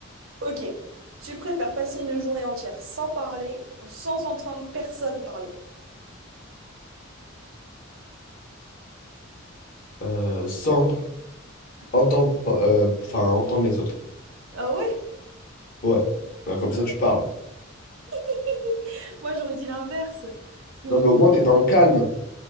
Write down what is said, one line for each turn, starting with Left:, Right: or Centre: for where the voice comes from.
Right: Ok. Tu préfères passer une journée entière sans parler ou sans entendre personne parler?
Left: Euh, sans entendre, pa- euh, enfin, entendre les autres.
Right: Ah ouais?
Left: Ouais. Ben, comme
Right: Moi,
Left: ça,
Right: j'aurais
Left: tu parles.
Right: <laughs> Moi, j'aurais dit l'inverse. Parce que,
Left: Non, mais au moins, t'es dans le calme.